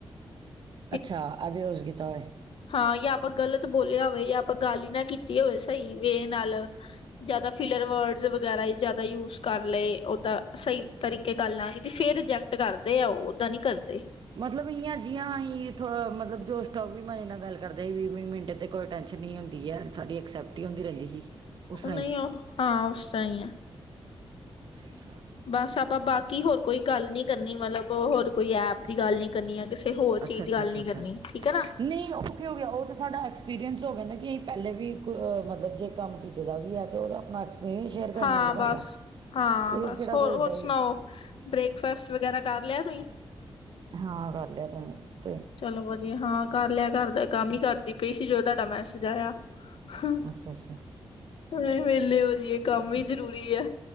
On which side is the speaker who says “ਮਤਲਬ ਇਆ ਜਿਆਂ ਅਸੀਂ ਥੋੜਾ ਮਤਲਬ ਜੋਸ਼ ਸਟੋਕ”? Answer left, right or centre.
Right